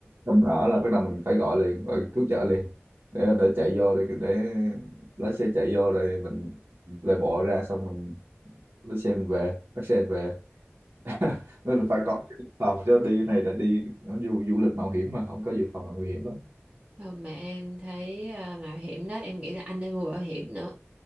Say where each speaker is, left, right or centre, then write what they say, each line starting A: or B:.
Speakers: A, on the right; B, on the right.
A: chăm đỡ là bắt đầu mình phải gọi liền gọi cứu trợ liền để để chạy vô rồi để lái xe chạy vô rồi mình lại bỏ ra xong mình lái xe mình về bắt xe mình về <laughs> nên là phải có cái dự phòng chứ đi cái này là đi nó du du lịch mạo hiểm mà không có dự phòng là nguy hiểm lắm
B: Thôi mà em thấy à, mạo hiểm đó em nghĩ là anh nên mua bảo hiểm nữa